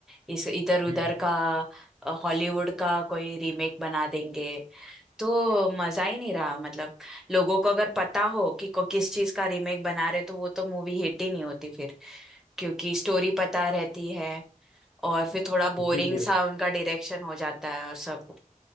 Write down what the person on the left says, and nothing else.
हम्म
जी जी